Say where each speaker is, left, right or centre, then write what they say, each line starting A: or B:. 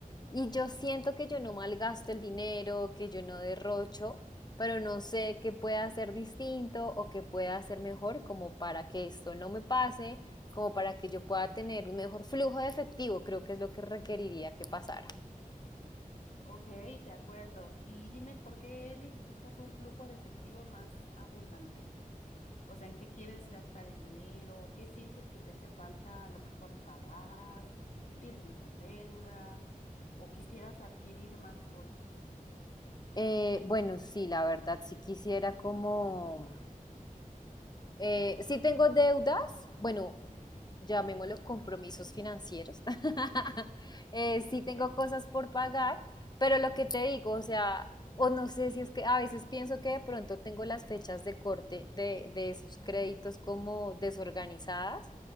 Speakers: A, on the left; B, on the left.
A: Y yo siento que yo no malgasto el dinero, que yo no derrocho, pero no sé qué pueda
B: Ujú.
A: hacer distinto o qué pueda hacer mejor como para que esto no me pase, como para que yo pueda tener un mejor flujo de efectivo, creo que es lo que requeriría que pasara.
B: Ok, de acuerdo. Y dime, ¿por qué necesitas un flujo de efectivo más abundante? O sea, ¿en qué quieres gastar el dinero? ¿Qué sientes que te hace falta a lo mejor pagar? ¿Tienes muchas deudas? ¿O quisieras adquirir más cosas?
A: Eh, bueno, sí, la verdad, sí quisiera como... eh, sí tengo deudas, bueno, llamémoslo compromisos financieros. <laughs> Eh, sí
B: Ok,
A: tengo cosas por pagar, pero lo que te digo, o sea, o no sé si es que a veces pienso que de pronto tengo las fechas de corte de, de esos créditos como desorganizadas.